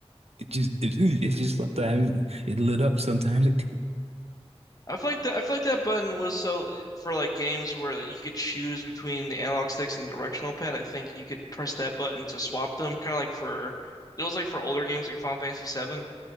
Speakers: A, on the right (about 70°); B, on the left (about 35°).
A: It just <laughs> it, just sometimes it lit up, sometimes it did.
B: I feel like that. I feel like that button was so for like games where like, you could choose between the analog sticks and the directional pad. I think you could press that button to swap them, kind of like for it was like for older games like Final Fantasy Seven,